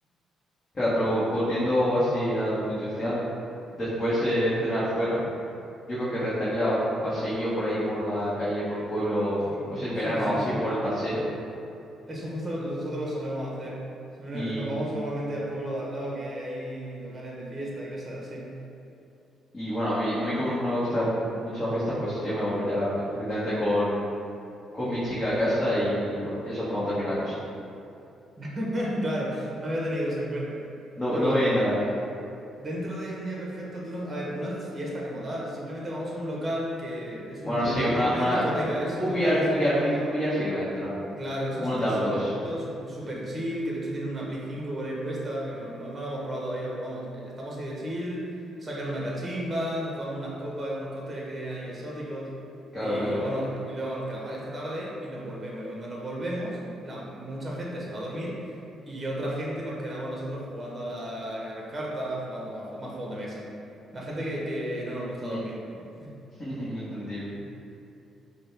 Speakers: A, on the left (about 30°); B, on the right (about 25°).
A: Claro, pero vol- volviendo así al punto inicial, después eh, cenar fuera. Yo creo que rentaría un paseillo por ahí, por la calle, por pueblo,
B: Sí,
A: o si es
B: sí,
A: verano,
B: sí,
A: así
B: sí.
A: por el paseo.
B: Eso justo nosotros lo solemos hacer. Sole-
A: Y,
B: Nos vamos normalmente al pueblo de al lado, que hay locales de fiesta y cosas así.
A: y bueno, a mí, a mí como no me gusta mu- mucho la fiesta, pues yo me volvería pre- precisamente con, con mi chica a casa y bueno, y eso es cuando termina la cosa.
B: <laughs> Claro, no había tenido eso en cuenta.
A: No,
B: Pero
A: no voy a indagar.
B: dentro de un día perfecto, tú no... A ver, no es fiesta como tal. Simplemente vamos a un local que es
A: Bueno,
B: un
A: sí,
B: local,
A: una,
B: no, no
A: una,
B: es discoteca,
A: un,
B: es
A: un
B: un local
A: billar,
B: de
A: un
B: sentarnos
A: billar, sí, un billar sí que me entra.
B: Claro, es
A: Un
B: un sitio
A: dardos.
B: así, un sitio su- super chill, que de hecho tiene una Play 5 por ahí puesta, que no, no, no la hemos probado todavía, pero vamos, eh, estamos ahí de chill, sacan una cachimba, nos tomamos unas copas, unos cócteles que tienen ahí exóticos,
A: Claro,
B: y, y
A: claro.
B: luego, no- no- y luego nos quedamos ahí hasta tarde y nos volvemos. Y cuando nos volvemos, la, mucha gente se va a dormir y otra gente nos quedamos nosotros jugando a, la- a las cartas, jugando a ju- más juegos de mesa. La gente que, que no nos gusta
A: Mm,
B: dormir. <laughs>
A: <laughs> Entendible.